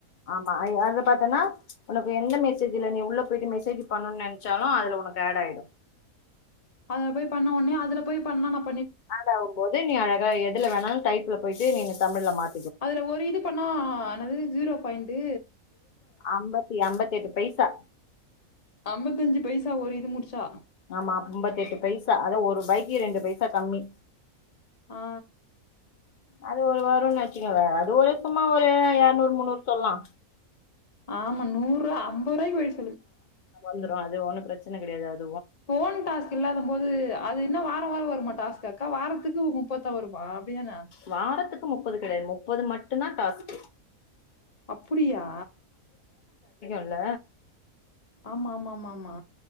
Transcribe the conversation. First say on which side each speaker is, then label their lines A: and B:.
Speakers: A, on the left (about 85°); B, on the left (about 35°).
A: ஆமா அது பாத்தன்னா உனக்கு எந்த மெசேஜ்ல நீ உள்ள போயிட்டு மெசேஜ் பண்ணனு நெனச்சாலு அதுல உனக்கு ஆட் ஆயிடு
B: அதுல போய் பண்ண உனே அதுல போய் பண்ணலாம் ந
A: ஆடாகும்போது நீ அழகா எதுல வேணாலும் டை போயிட்டு நீங்க தமிழ்ல்ல மாத்தி
B: அதுல ஒரு இது பண்ணா என்னது ஜீரோ பாயின்ட்டு
A: ஐம்பத்தி ஐம்பத்தி எட்டு பைசா
B: ஐம்பத்தஞ்சு பைசா ஒரு இது முடிச்சா
A: ஆமா அம்பத்தி எட்டு பைசா அதா ஒரு ரூபாய்க்கு ரெண்டு பைசா கம்மி
B: ஆ.
A: அது ஒரு வாரம்ச் அது ஒரு சும்மா ஒரு இரநூறு முன்னூறு சொல்லலா
B: ஆமா நூறு அம்பது ரூபாய்கு பொய்ஸ்
A: வந்துருவா அது ஒன்னு பிரச்சன கெடயாதுல
B: ஃபோன் டாஸ்க் இல்லாத போது அது என்ன வார வார வருமா டாஸ்க்க வாரத்துக்கு முப்பத்தான் வரு வா அப்டிதான
A: வாரத்துக்கு முப்பது கெடயாது முப்பது மட்டு தா டாஸ்கு
B: அப்புடியா
A: இல்ல
B: ஆமா ஆமா ஆமா ஆமா